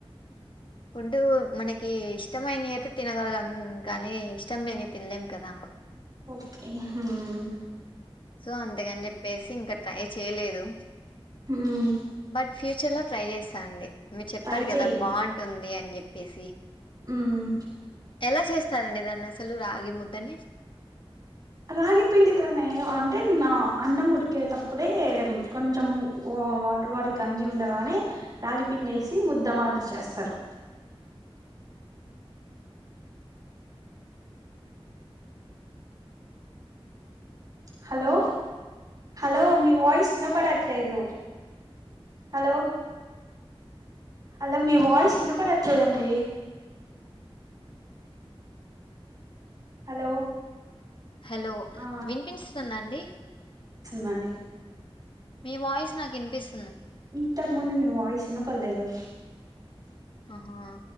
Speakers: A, on the left; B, on the right.
A: ఫుడ్ మనకి ఇష్టమైనయి అయితే తినగలం కానీ ఇష్టం లేనివి తినలేం కదా
B: ఓకే ఉమ్
A: సో అంతకని చెప్పేసి ఇంకా ట్రై చేయలేదు
B: మ్మ్
A: బట్ ఫ్యూచర్ లో ట్రై చేస్తా అండి మీరు చెప్పారు
B: ట్రై
A: కదా
B: చెయ్యండి
A: బాగుంటుంది అని చెప్. పేసి
B: మ్మ్
A: ఎలా చేస్ సరండి దాన్ని అసలు రాగి ముద్దని
B: రాగిపిండితోనే అంటే నా అన్నం ఉడికేటప్పుడే కొంచెం వాటర్ వాటర్ గంజి ఉండగానే రాగి పిండి ఏసి ముద్ద మాదిరి చేస్తారు. హలో హలో మీ వాయిస్ వినపడట్లేదు. హలో హలో మీ వాయిస్ వినపడట్లేదండి. హలో
A: హలో
B: ఆ
A: వినిపిస్తుందా అండి.
B: దండి
A: మీ వాయిస్ నాకు వినిపిస్
B: ఇంతాక ముందు మీ వా వాయిస్ వినపడలేదు.
A: ఆహా